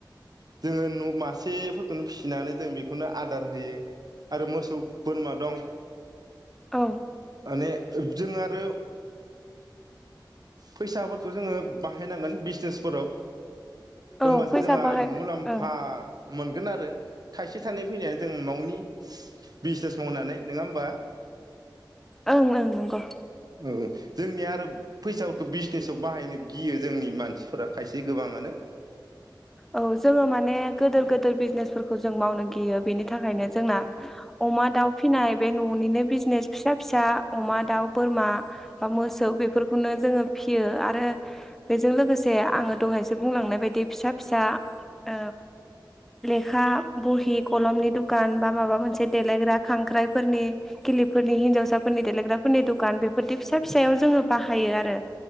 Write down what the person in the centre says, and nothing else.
औ।
औ
फैसा
बाहाय
ओं
ओं ओं नंगौ।
औ जोङो माने गोदोर गोदोर बिजनेसफोरखौ जों मावनो गियो बेनि थाखायनो जोंना अमा दाउ फिनाय बे न'निनो बिजनेस फिसा फिसा अमा दाउ बोरमा बा मोसौ बेफोरखौनो जोङो फियो आरो बेजों लोगोसे आङो दहायसो बुंलांनाय बायदि फिसा फिसा ओ लेखा बहि कलमनि दुखान बा माबा मोनसे देलायग्रा खांख्राइफोरनि खिलिफोरनि हिन्जावसाफोरनि देलायग्राफोरनि दुखान बेफोरदि फिसा फिसायाव जोङो बाहायो आरो